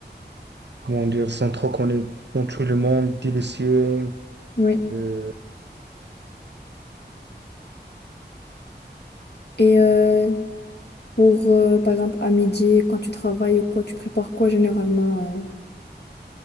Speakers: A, on the right; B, on the left.
A: comment dire, sont trop connus dans tout le monde, délicieux.
B: oui.
A: euh,
B: Et euh, pour, euh, par exemple, à midi, quand tu travailles ou quoi, tu prépares quoi généralement euh,